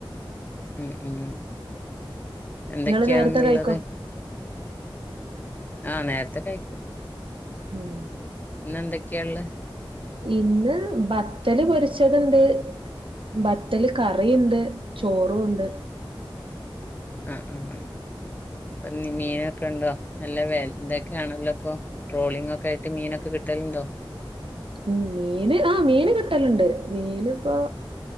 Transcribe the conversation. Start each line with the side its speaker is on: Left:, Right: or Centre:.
Left: ഉം ഉം എന്തൊക്കെയാണ്
Right: നിങ്ങള് നേരത്തെ
Left: ഇന്നുള്ളത്
Right: കഴിക്കോ
Left: ആ നേരത്തെ കഴിക്കും
Right: ഉം
Left: പിന്നെ എന്തൊക്കെയാ ഉള്ളെ
Right: ഇന്ന് ബത്തല് പൊരിച്ചതുണ്ട് ബത്തല് കറിയുണ്ട് ചോറും ഉണ്ട്
Left: ആ ആ ഇന്ന് മീനൊക്കെ ഉണ്ടോ നല്ല വില ഇതൊക്കെയാണല്ലോ ഇപ്പൊ ട്രോളിംഗ് ഒക്കെ ആയിട്ട് മീനൊക്കെ കിട- കിട്ടലുണ്ടോ
Right: ഉം മീന് ആ മീന് കിട്ടലുണ്ട് മീന് ഇപ്പോ